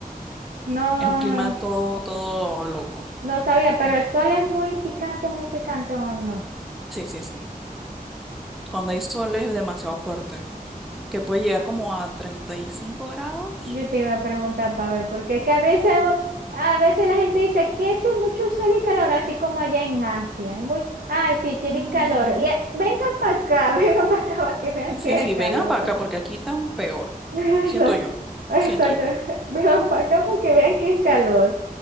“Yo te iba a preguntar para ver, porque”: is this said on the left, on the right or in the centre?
Right